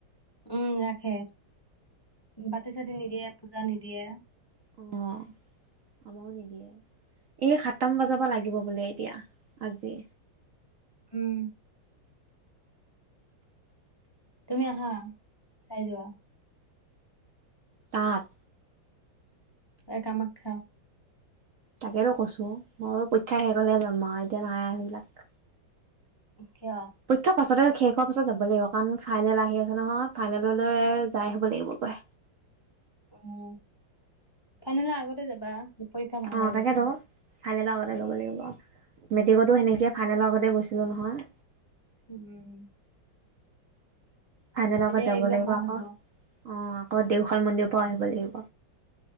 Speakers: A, on the left; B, on the right.
A: উম ৰাখে। বাটি চাতি নিদিয়ে। পূজা নিদিয়ে।
B: অ আমাৰো নিদিয়ে এই সাতটান বজাৰ পৰা লাগিব বোলে এতিয়া আজি।
A: উম তুমি আহা চাই যোৱা।
B: তাত
A: এ কামাখ্যা।
B: তাকেইেতো কৈছো মই পৰীক্ষা শেষ কলে যাম আৰু এতিয়া নাই সেইবিলাক।
A: কিয়
B: পৰীক্ষাৰ পাছতে শেষ হোৱাৰ পাছত যাব লাগিব কাৰণ ফাইনেল আহি আছে নহয় ফাইনেললৈ যাই আহব লাগিব গৈ
A: অ ফাইনেলৰ আগতে যাবা পৰীক্ষা ভাল
B: অ
A: হয়
B: তাকেতো
A: যাতে
B: ফাইনেলৰ আগতে ল'ব লাগিব মেট্ৰিকতো সেনেকিয়ে ফাইনেলৰ আগতে গৈছিলো নহয়।
A: উম।
B: ফাইনেল
A: তেতিয়া
B: আগত যাব
A: এক্জাম
B: লাগিব
A: ভাল
B: আকৌ
A: হ'ব
B: অ আকৌ দেওশাল মন্দিৰ পৰা আহিব